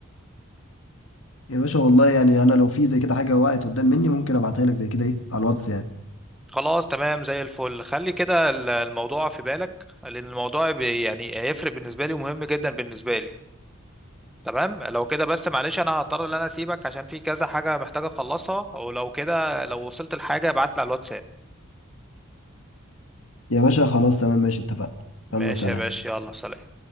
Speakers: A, on the left; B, in the centre.
A: يا باشا والله يعني انا لو في زي كده حاجه وقعت قدام مني ممكن ابعتها لك زي كده ايه على الواتس يعني
B: خلاص تمام زي الفل خلي كده ال- الموضوع في بالك لأن الموضوع بي- يعني هيفرق بالنسبة لي ومهم جدا بالنسبة لي تمام لو كده بس معلش انا هضطر ان انا اسيبك عشان في كذا حاجة محتاج اخلصها ولو كده لو وصلت لحاجة ابعت لي على الواتساب
A: يا باشا خلاص تمام ماشي اتفقنا
B: ماشي
A: يلا سلام
B: يا باشا يلا سلام